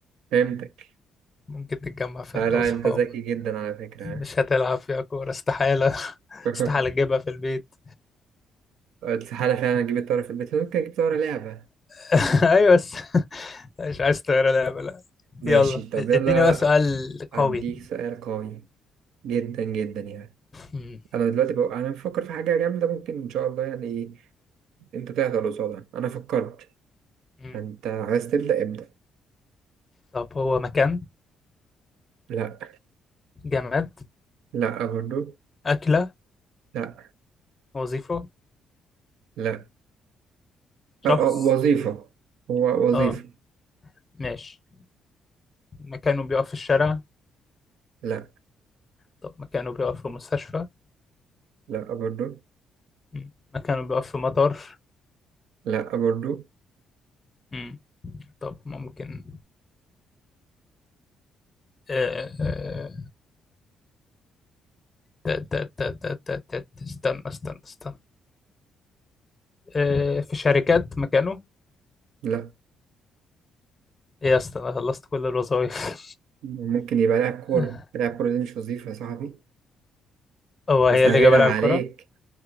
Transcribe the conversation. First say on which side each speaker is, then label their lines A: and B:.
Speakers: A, on the right (about 85°); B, on the left (about 20°).
A: فهمتك
B: ممكن تتجمع فيها
A: لا
B: انت
A: لا
B: واصحابك
A: أنت ذكي جدا على فكرة
B: مش هتلعب فيها كورة استحالة <laughs>
A: ها.
B: استحالة تجيبها في البيت
A: <laughs> استحالة فعلا أجيب الطيارة في البيت ممكن أجيب طيارة لعبة
B: <laughs> ايوه بس مش عايز تغير لعبة لا
A: ماشي
B: يلا
A: طب يلا
B: اديني بقى سؤال قوي
A: أديك سؤال قوي جدا جدا يعني
B: مم.
A: أنا دلوقتي بقى أنا بفكر في حاجة جامدة ممكن إن شاء الله يعني إيه، أنت تهدى قصادها أنا فكرت
B: مم.
A: فأنت عايز تبدأ ابدأ
B: طب هو مكان
A: لا
B: جماد
A: لا برضو
B: أكلة
A: لا
B: وظيفة
A: لا
B: شخص
A: أه، أه، وظيفة هو وظيفة
B: اه ماشي مكانه بيقف في الشارع
A: لا
B: طب مكانه بيقف في مستشفى
A: لا برضو
B: مم. مكانه بيقف في مطار
A: لا برضو
B: مم. طب ممكن آه، آه، آه، تا- تا- تا- تا- تا- تا- تا- استنى استنى استنى آه، في شركات مكانه
A: لا
B: ايه يا اسطى انا خلصت كل الوظائف
A: ممكن يبقى لاعب كورة
B: <laughs>
A: لاعب كورة دي مش وظيفة يا صاحبي
B: هو
A: بسهلها
B: هي اللي جاب بلعب
A: عليك
B: كرة